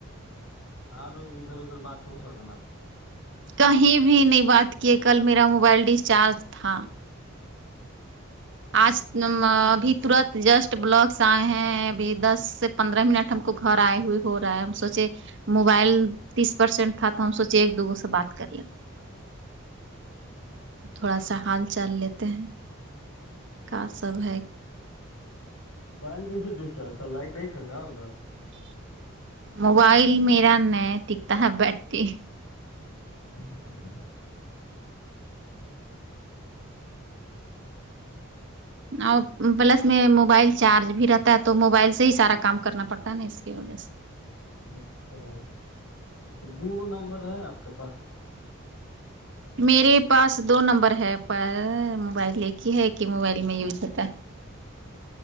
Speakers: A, on the left; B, on the right.
A: اور ادھر ادھر بات ہوا ہوگا نا آپ کا
B: کہیں بھی نہیں بات کی کل میرا موبائل ڈسچارج تھا آج ابھی ترت جسٹ بلاکس آئے ہیں ابھی دس پندرہ منٹ ہم کو گھر آئے ہوئے ہو رہا ہے ہم سوچے موبائل تیس پرسینٹ تھا تو ہم سوچے ایک دوگوں سے بات کر لیتے تھوڑا سا ہال چال لیتے ہیں کا سب ہے
A: موبائل کیسے ڈسچارج تھا لائٹ نہیں تھا نا ادھر
B: موبائل میرا نیی ٹکتا ہے بیٹری
A: <unintelligible>
B: اور پلس میں موبائل چارج بھی رہتا ہے تو موبائل سے ہی سارا کام کرنا پڑتا ہے نا اس کی وجہ سے
A: اچھا تو دو گ نمبر ہے آپ کے پاس
B: میرے پاس دو نمبر ہے پر موبائل ایک ہی ہے ایک ہی موبائل میں یوز ہوتا ہے